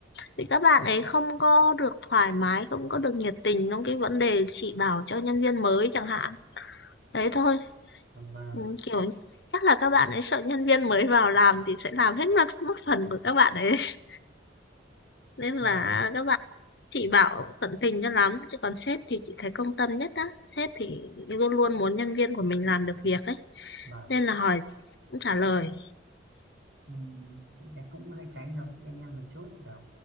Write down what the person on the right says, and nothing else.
Dạ vâng
Dạ vâng
vâng
Ừm, em cũng hơi tránh được bên em một chút kiểu